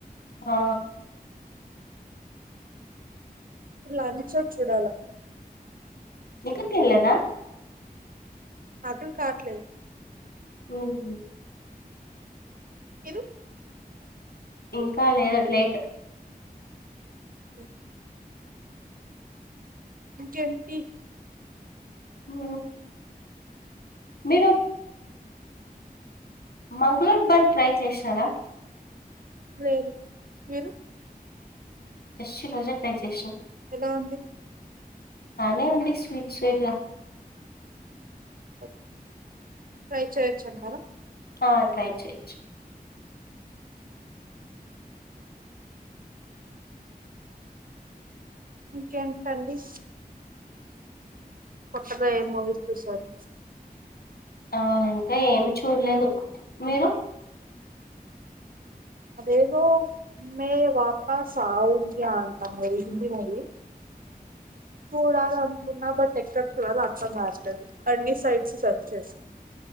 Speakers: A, on the left (about 80°); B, on the right (about 65°).
A: ఆ
B: ఇప్పు లంచం చూడాల
A: ఇంక తిన్లేదా
B: అర్థం కాట్లేదు
A: ఉహూ
B: ఇరు
A: ఇంకా లేదు లేట్
B: క ఇంకేంటి
A: ఉ మీరు మంగళూరు బన్ ట్రై చేసరా
B: లేదు మీరు
A: జస్ట్ రోజా ట్రాన్సెక్షన్
B: రాంది
A: బానే ఉంది స్వీట్ స్వీట్గా
B: ఓ ట్రై చేయచ్చ అక్కా
A: ఆ ట్రై చెయ్
B: ఇంకేంటండి కొత్తగా ఏం మూవీస్ చూశారు
A: ఆ ఇంకా ఏమి చూడలేదు మీరు
B: అదేదో మే వాపస్ ఆంగంత మూవీ హంది మూవీ చూడాల అనుకున్నా బట్ ఎక్కడ చూడాలో అర్ధం కాట్లేదు అన్ని సైట్స్ సెర్చ్ చేసా